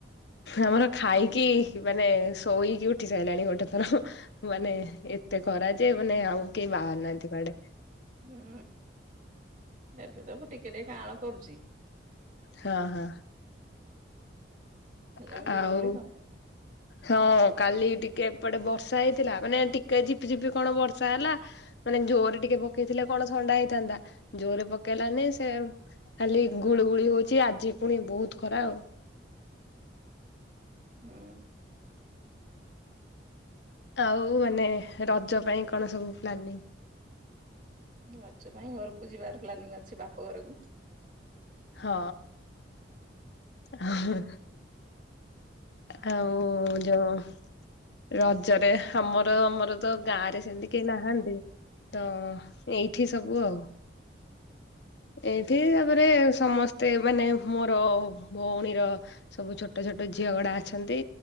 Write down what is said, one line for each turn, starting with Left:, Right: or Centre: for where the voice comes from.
Left: ଆମର ଖାଇକି ମାନେ ଶୋଇକି ଉଠି ସାଇଲାଣି ଗୋଟେ ଥର। ମାନେ ଏତେ ଖରା ଯେ ମାନେ ଆଉ କେହି ବାହାରୁ ନାହାନ୍ତି କୁଆଡେ।
Right: ହୁଁ ଏବେ ତାକୁ ଟିକେ ଟିକେ କାଆଁଳ କରୁଛି।
Left: ହଁ ହଁ।
Right: ହେଲେ
Left: ଆ
Right: ବି ଗୁଳୁ
Left: ଆଉ।
Right: ଗୁଳି କମୁନି।
Left: ହଁ କାଲି ଟିକେ ଏପଟେ ବର୍ଷା ହେଇଥିଲା ମାନେ ଟିକେ ଝିପିଝିପି କଣ ବର୍ଷା ହେଲା। ମାନେ ଜୋରେ ଟିକେ ପକେଇଥିଲେ କଣ ଥଣ୍ଡା ହେଇଥାନ୍ତା ଜୋରେ ପକେଇଲାନି ସେ ଖାଲି ଗୁଳିୁ ଗୁଳି ହଉଛି ଆଜି ପୁଣି ବହୁତ୍ ଖରା ଆଉ।
Right: ହୁଁ।
Left: ଆଉ ମାନେ ରଜ ପାଇଁ କଣ ସବୁ ପ୍ଲାନିଂ?
Right: ରଜ ପାଇଁ ଘରକୁ ଯିବାର ପ୍ଲାନିଂ ଅଛି ବାପ ଘରକୁ।
Left: ହ ଅ। ଆ ଆଉ ଯୋଉଁ ରଜରେ ହାମର ଆମର ତ ଗାଁ ରେ ସେମ୍ ତି କେହି ନାହାନ୍ତି ତ ଏଇଠି ସବୁ ଆଉ। ଏଇଠି ତାପରେ ସମସ୍ତେ ମାନେ ମୋର ଭଉଣୀର ସବୁ ଛୋଟ ଛୋଟ ଝିଅ ଗୁଡା ଅଛନ୍ତି